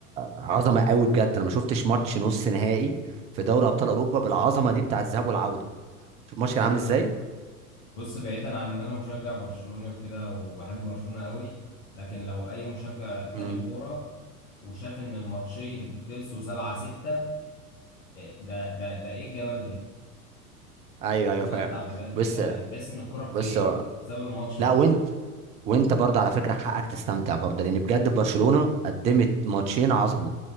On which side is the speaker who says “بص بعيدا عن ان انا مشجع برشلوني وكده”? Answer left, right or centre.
Left